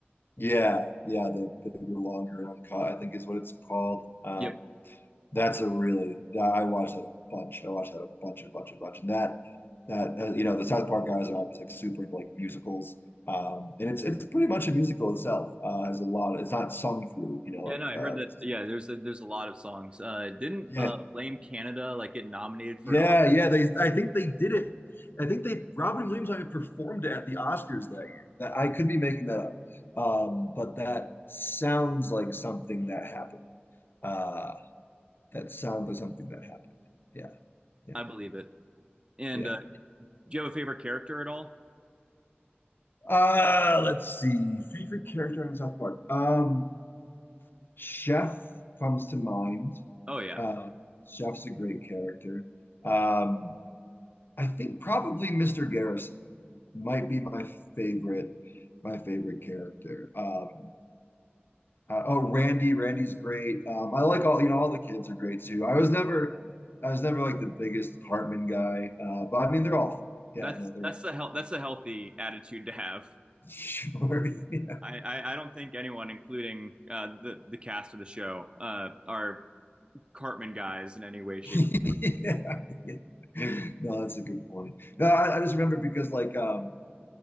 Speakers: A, on the left (about 60°); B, on the right (about 25°).
A: Yeah, yeah, the bigger, longer, and uncut, I think is what it's called. Um,
B: Yeah,
A: that's a really that I watched that a bunch. I watched that a bunch, a bunch, a bunch, and that that uh, you know the South Park guys are obviously like super into like musicals, um, and it's it's pretty much a musical itself. Uh, has a lot. It's not sung through, you know, like
B: Yeah, no, I'd
A: uh,
B: heard that.
A: just
B: Yeah, there's a, there's a lot of songs. Uh, didn't
A: yeah.
B: uh, Blame Canada like get nominated for
A: Yeah,
B: an Oscar?
A: yeah. They, I think they did it. I think they Robin Williams I mean, performed at the Oscars that year. That I could be making that up, um, but that sounds like something that happened. Uh, that sounds like something that happened. Yeah, yeah,
B: I believe it. And
A: yeah.
B: uh, do you have a favorite character at all?
A: Uh, let's see. Favorite character on South Park. Um, Chef comes to mind.
B: Oh yeah,
A: Uh, Chef's a great character. Um, I think probably Mr. Garrison might be my favorite, my favorite character. Um, uh, oh, Randy, Randy's great. Um, I like all, you know, all the kids are great too. I was never, I was never like the biggest Cartman guy, uh, but I mean, they're all funny. Yeah,
B: that's
A: no, they're
B: that's
A: all
B: the hel
A: funny.
B: that's a healthy attitude to have.
A: <laughs> Sure. Yeah.
B: I, I, I don't think anyone, including uh, the the cast of the show, uh, are Cartman guys in any way, shape,
A: <laughs>
B: or
A: Yeah. Yeah. No, that's a good point. No, I, I just remember because like um